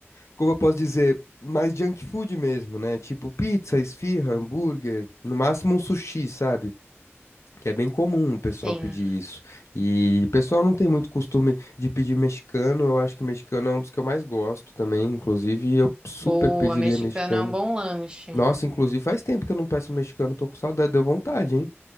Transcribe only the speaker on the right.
sim.
Boa,
mexicana
é um bom lanche.